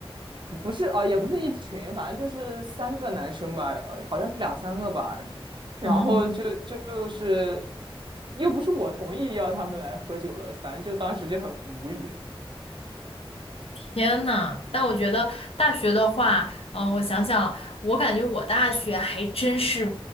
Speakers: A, on the right; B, on the left.
A: 不是啊，也不是一群，反正就是三个男生吧，呃好像两三个吧，然后就就就是
B: 嗯。
A: 又不是我同意要他们来喝酒的，反正就当时就很无语，
B: 天呐，但我觉得大学的话，嗯、我想想，我感觉我大学还真是，